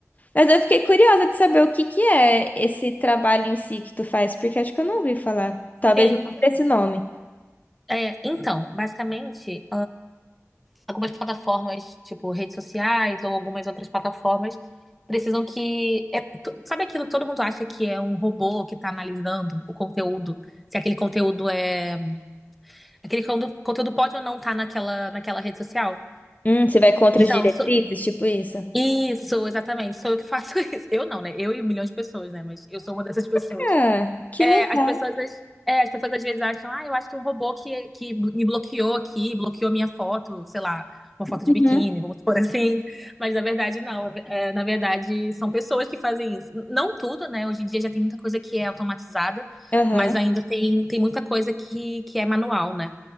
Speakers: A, on the left; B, in the centre.
A: Mas eu fiquei curiosa de saber o que que é esse trabalho em si que tu faz, porque acho que eu não ouvi falar. Talvez
B: Sim.
A: não por esse nome.
B: É, então, basicamente. algumas plataformas, tipo redes sociais ou algumas outras plataformas, precisam que. é tu- sabe aquilo que todo mundo acha que é um robô que está analisando o conteúdo? Se aquele conteúdo é. Aquele conteúdo conteúdo pode ou não estar naquela, naquela rede social?
A: Hum, você vai contra
B: Então,
A: as diretrizes,
B: sou-
A: tipo isso?
B: isso, exatamente. Sou eu que faço <laughs> isso. Eu não, né? Eu e milhões de pessoas, né? Mas eu sou uma dessas pessoas.
A: Cara, que
B: É,
A: legal.
B: as pessoas, às- é, as pessoas às vezes acham, ah, eu acho que é um robô que, que me bloqueou aqui, bloqueou minha foto, sei lá, uma foto de
A: Uhum.
B: biquíni, vamos por assim. <laughs> Mas na verdade, não. É, na verdade, são pessoas que fazem isso. N- Não tudo, né? Hoje em dia já tem muita coisa que é automatizada,
A: Aham.
B: mas ainda tem, tem muita coisa que, que é manual, né?